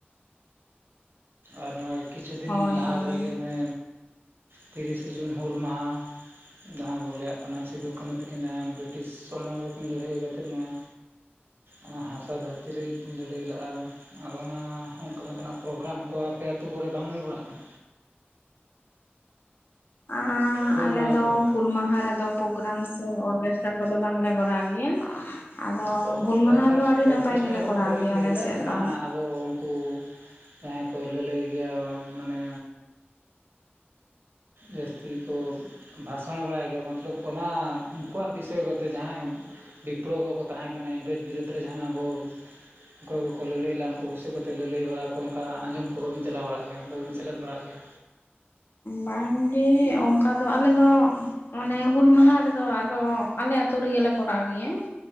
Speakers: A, on the right; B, on the left.
A: ᱟᱨ ᱱᱚᱜᱼᱚᱭ ᱠᱤᱪᱷᱩ ᱫᱤᱱ
B: ᱦᱳᱭ
A: ᱞᱟᱦᱟ
B: ᱦᱳᱭ
A: ᱠᱚᱨᱮᱜᱮ ᱚᱱᱮ ᱛᱤᱨᱤᱥᱮ ᱡᱩᱱ ᱦᱩᱞ ᱢᱟᱦᱟ ᱡᱟᱦᱟᱸ ᱵᱚᱱ ᱞᱟᱹᱭᱟᱜ ᱠᱟᱱᱟ ᱥᱤᱫᱩ ᱠᱟᱹᱱᱦᱩ ᱛᱟᱹᱠᱤᱱᱟᱜ ᱵᱨᱤᱴᱤᱥ ᱥᱚᱢᱢᱚᱞ ᱛᱤᱠᱤᱱ ᱞᱟᱹᱲᱦᱟᱹᱭ ᱠᱟᱛᱮᱫ ᱱᱚᱣᱟ ᱚᱱᱟ ᱦᱟᱥᱟ ᱫᱷᱟᱹᱨᱛᱤ ᱞᱟᱹᱜᱤᱫ ᱠᱤᱱ ᱞᱟᱹᱲᱦᱟᱹᱭ ᱞᱟᱜᱼᱟ᱾ ᱟᱨ ᱚᱱᱟ ᱚᱱᱠᱟ ᱞᱮᱠᱟᱱᱟᱜ ᱯᱨᱳᱜᱨᱟᱢ ᱠᱚ ᱟᱯᱮ ᱟᱹᱛᱩᱳ ᱠᱚᱨᱮ ᱵᱟᱝ ᱦᱩᱭ ᱵᱟᱲᱟᱜ ᱠᱟᱱᱟ?
B: ᱟᱸ
A: ᱦᱩᱞ
B: ᱟᱞᱮ
A: ᱢᱟᱦᱟ
B: ᱫᱚ
A: ᱠᱚ
B: ᱦᱩᱞ ᱢᱟᱦᱟ ᱨᱮᱫᱚ ᱯᱨᱳᱜᱨᱟᱢ ᱥᱮ ᱚᱨᱜᱮᱥᱴᱟᱨ ᱠᱚᱫᱚ ᱵᱟᱝᱞᱮ ᱠᱚᱨᱟᱣ ᱜᱮᱭᱟ᱾ ᱟᱫᱚ
A: ᱚᱨᱠᱟᱥ
B: ᱦᱩᱞ ᱢᱟᱦᱟ ᱫᱚ ᱟᱹᱰᱤ
A: ᱚᱨᱠᱮᱥᱴᱨᱟ
B: ᱱᱟᱯᱟᱭ ᱜᱮᱞᱮ
A: ᱠᱚᱫᱚ
B: ᱠᱚᱨᱟᱣ
A: ᱵᱟᱹᱞᱤᱧ
B: ᱜᱮᱭᱟ
A: ᱞᱟᱹᱭᱫᱟ
B: ᱟᱞᱮ ᱥᱮᱫ
A: ᱡᱟᱦᱟᱸ
B: ᱫᱚ᱾
A: ᱟᱵᱚ ᱩᱱᱠᱩ ᱡᱟᱦᱟᱸᱭ ᱠᱚ ᱞᱟᱹᱞᱟᱹᱭ ᱜᱮᱭᱟ᱾ ᱢᱟᱱᱮ ᱡᱟᱹᱥᱛᱤ ᱠᱚ ᱵᱷᱟᱥᱚᱱ ᱵᱟᱲᱟᱭ ᱜᱮᱭᱟ ᱢᱚᱛᱞᱚᱵ ᱚᱱᱟ ᱩᱱᱠᱩᱣᱟᱜ ᱵᱤᱥᱚᱭ ᱠᱚᱛᱮ ᱡᱟᱦᱟᱸᱭ ᱵᱤᱯᱞᱚᱵ ᱠᱚᱠᱚ ᱛᱟᱦᱮᱸ ᱠᱟᱱᱟ ᱤᱝᱨᱮᱡᱽ ᱵᱤᱨᱩᱫᱽ ᱨᱮ ᱡᱟᱦᱟᱸ ᱟᱵᱚ ᱚᱠᱚᱭ ᱠᱚᱠᱚ ᱞᱟᱹᱲᱦᱟᱹᱭ ᱞᱟᱜ-ᱟ ᱩᱱᱠᱩ ᱵᱤᱥᱚᱭ ᱠᱚᱛᱮ ᱞᱟᱹᱞᱟᱹᱭ ᱵᱟᱲᱟ ᱠᱚ ᱚᱱᱠᱟ ᱟᱸᱡᱚᱢ ᱠᱚ ᱵᱟᱵᱤᱱ ᱪᱟᱞᱟᱣ ᱵᱟᱲᱟᱜ ᱜᱮᱭᱟ, ᱵᱟᱹᱵᱤᱱ ᱥᱮᱞᱮᱫ ᱵᱟᱲᱟᱜ ᱜᱮᱭᱟ᱾
B: ᱵᱟᱝᱜᱮ ᱚᱱᱠᱟ ᱫᱚ ᱟᱞᱮ ᱚᱱᱮ ᱦᱩᱞ ᱢᱟᱦᱟ ᱨᱮᱫᱚ ᱟᱫᱚ ᱟᱞᱮ ᱟᱹᱛᱩ ᱨᱮᱜᱮᱞᱮ ᱠᱚᱨᱟᱣ ᱜᱮᱭᱟ᱾